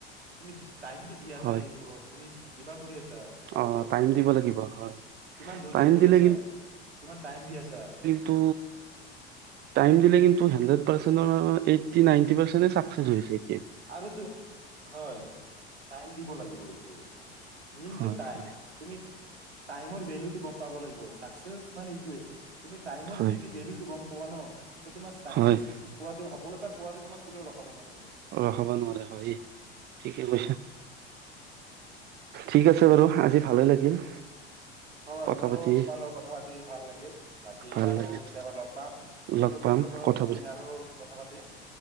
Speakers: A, on the right; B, on the right.
A: তুমি টাইমটো দি আছা
B: হয়
A: ইয়াৰ ওপৰত তুমি কিবা কৰি আ ছা তাৰ
B: অ
A: ওপৰত
B: টাইম
A: তুমি।
B: দিব লাগিব হয়
A: কিমান ধৈৰ্য
B: টাইম
A: কৰি
B: দিলে
A: আছা, কিমান টাইম দি আছা,
B: ন্তু টাইম দিলে কিন্তু সান্দ্ৰেদ পাৰ্চেন্টৰ এইট্টি নাইন্টি পাৰ্চেণ্টে ছাকছেছ হৈছে। এতিয়া।
A: আৰু তই হয়, টাইম দিব লাগিব। <unintelligible>
B: হয় হয়।
A: তুমি টাইমৰ ভেলু টো গ'ম পাব লাগিব, ছাকছেছ মানে এইতোৱে, তুমি টাইমৰ
B: হয়
A: যদি ভেলু টো গ'ম পোৱা ন ত তোমাৰ চাকচেছ
B: হয়
A: পোৱাটো সফলতা পুৱাতে তোমাক কোনেও ৰখাব নোৱাৰে।
B: অ হব নোৱাৰে, হয়, ঠিকে কৈছা। ঠিক আছে বাৰু আজি ভালে লাগিল।
A: হয়
B: কথা
A: মোৰো
B: পাতি
A: তোমাৰ লগত কথা পাতি ভাল লাগিল, বাকী
B: ভাল
A: আৰু
B: লাগিল।
A: কেতিয়াবা লগ পাম, এই
B: লগ
A: টপিকৰ
B: পাম
A: ওপৰত
B: কথা
A: আমি
B: পাতি
A: আৰু কথা পাতিম।